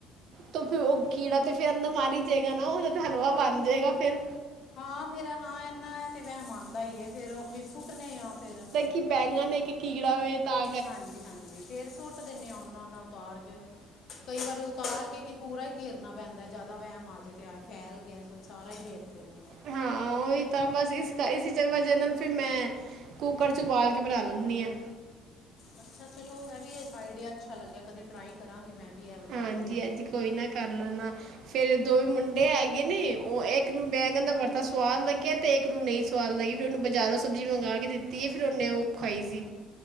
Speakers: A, on the right (about 65°); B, on the left (about 55°).
A: ਤੇ ਫੇਰ ਓ ਕੀੜਾ ਤੇ ਫੇਰ ਅੰਦਰ ਮਰ ਈ ਜਏਗਾ ਨਾ ਓਦਾ ਤੇ ਹਲਵਾ ਬਨ ਜੇਗਾ ਫੇਰ।
B: ਹਾਂ ਫੇਰ ਹਾਂ ਐਨਾ ਐ ਤੇ ਵੈਮ ਆਂਦਾ ਈ ਏ ਫੇਰ ਓ ਫਿਰ ਸੁੱਟਨੇ ਆ ਫੇਰ।
A: ਕੀ ਬੈਂਗਨ ਨੇ ਕੀ ਕੀਗੜਾ ਵੇ ਤਾ
B: ਹਾਂਜੀ-ਹਾਂਜੀ ਫੇਰ ਸੁੱਟ ਦਿੰਨੇ ਆਂ ਓਨਾ-ਓਨਾ ਉਤਾਰ ਕੇ ਕਈ ਵਾਰੀ ਉਤਾਰ ਕੇ ਕੀ ਪੂਰਾ ਈ ਘੇਰਨਾ ਪੈਂਦਾ ਜਾਦਾ ਵਹਿਮ ਆ ਜੇ ਤੇ ਆਏ ਫੈਲ ਗੇਆ। ਸਾਰਾ ਈ ਗੇਰ ਦਿੰਨੇ ਆ।
A: ਹਾਂ ਉਹੀ ਤਾਂ ਬਸ ਇਸ ਕਰ ਇਸੀ ਵਜ੍ਹਾ ਨਾਲ ਫਿਰ ਮੈਂ ਕੁੱਕਰ 'ਚੋਂ ਉਬਾਲ ਕੇ ਬਣਾ ਲੈਂਦੀ ਹਾਂ
B: ਅੱਛਾ ਚਲੋ ਇਹ ਵੀ ਆਈਡੀਆ ਅੱਛਾ ਲੱਗਿਆ ਕਦੇ ਟਰਾਈ ਕਰਾਂਗੀ ਮੈਂ ਵੀ ਇਹ ਵਾਲਾ
A: ਹਾਂਜੀ
B: ਆਈਡੀਆ
A: ਅੱਜ ਕੋਈ ਨਾ ਕਰ ਲੈਨਾ ਫੇਰ ਦੋਵੇਂ ਮੁੰਡੇ ਹੈਗੇ ਨੇ ਓ ਇੱਕ ਨੂੰ ਬੈਂਗਣ ਦਾ ਵਰਤਾ ਸਵਾਦ ਲੱਗਿਆ ਤੇਕ ਨੂੰ ਨਹੀਂ ਸਵਾਦ ਲੱਗੀ ਫੇਰ ਉਹਨੂੰ ਬਜ਼ਾਰੋਂ ਸਬਜ਼ੀ ਮੰਗਵਾ ਕੇ ਦਿੱਤੀ ਫਿਰ ਉਹਨੇ ਉਹ ਖਾਈ ਸੀ